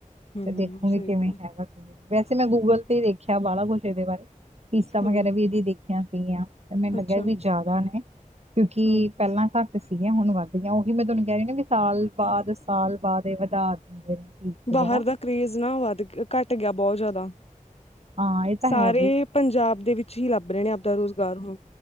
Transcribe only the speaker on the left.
ਹੂੰ
ਸਹੀ
ਕਿਹਾ
ਹਾਂ
ਅੱਛਾ
ਹੂੰ
ਬਾਹਰ ਦਾ ਕਰੇਜ਼ ਨਾ ਵੱਧ ਘੱਟ ਗਿਆ ਬਹੁਤ ਜ਼ਿਆਦਾ।
ਸਾਰੇ
ਪੰਜਾਬ ਦੇ ਵਿੱਚ- ਹੀ ਲੱਭ ਰਹੇ ਨੇ ਆਪਦਾ ਰੁਜ਼ਗਾਰ ਹੁਣ